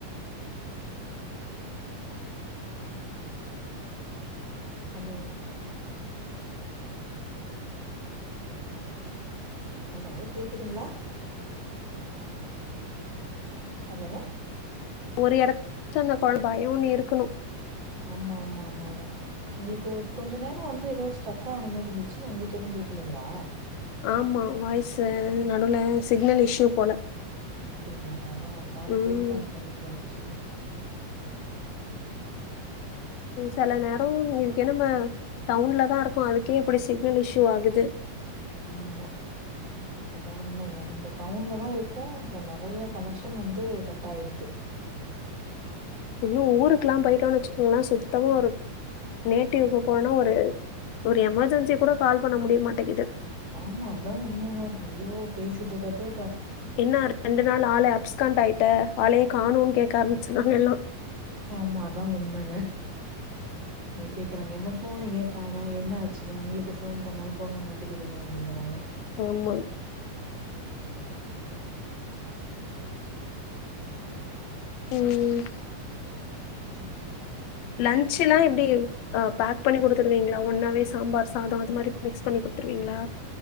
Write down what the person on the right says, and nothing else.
ஹலோ ஹலோ ஹலோ கேக்குதுங்களா ஹலோ
ஆமா ஆமா ஆமாங்க உங்களுக்கு கொஞ்ச நேரோ வந்து ஏதோ ஸ்டக்க ஆன மாரி இருந்துச்சி உங்களுக்கு எதுவு கேக்லிங்களா
அப்பிடிங்களா அதா ஒரு மாரி
பிரேக் ஆன மேரி கேட்டுச்சி
நம்மா அதா உண்ம நம்ப டவுன்லதா இருக்கோ நெறைய கனெக்ஷன் வந்து கட் ஆயிருது
ஆமா அதா உண்மங்க ஐயோ பேசிட்ருக்கப்பவே
ஆமா அதா உண்மங்க அதா கேக்குறாங்க என்ன ஃபோன ஏ காணா என்ன ஆச்சுங்க உங்களுக்கு ஃபோன் பண்ணாலு போக மாட்டேங்குதுங்க அப்பிடிங்கறாங்க
ஆமாங்க சேரிங்க
ச்சம்